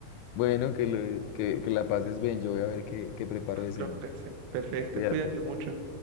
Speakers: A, on the left (about 85°); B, on the right (about 90°).
A: Bueno, que, lo- que, que la pases bien. Yo voy a ver qué, qué preparo de
B: te
A: cena.
B: lo Perfecto,
A: Cuídate.
B: cuídate mucho.